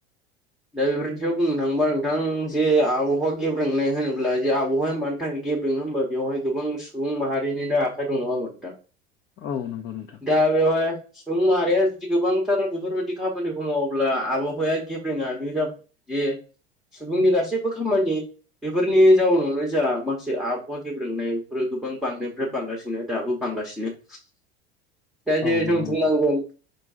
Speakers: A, in the centre; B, on the left (about 25°).
A: दा बेफोरनि सायाव बुंनो थाङोबा नोंथां जे आबहावा गेब रोंनाय होनोब्ला जे आबहावाया मानि थाखाय गेब ङो होमबा बेवहाय गोबां सुबुं माहारिनिनो आखाइ दं नङामोन दा
B: औ नंगौ नोंथां।
A: दा बेवहाय सुबुं माहारिया जुदि गोबांथार बेफोरबायदि खामानिखौ मावोब्ला आबहावाया गे फोरोङानो जाब जे सुबुंनि गासैबो खामानि। बेफोरनि जाउनावलाय जोंहा माखासे आबहावा गेब्रोंनायफोर गोबां बांनायनिफ्राय। बांगासिनो दाबो बांगासिनो। दा जे
B: औ
A: जों
B: नंगौ
A: बुंनांगोन
B: नोंथां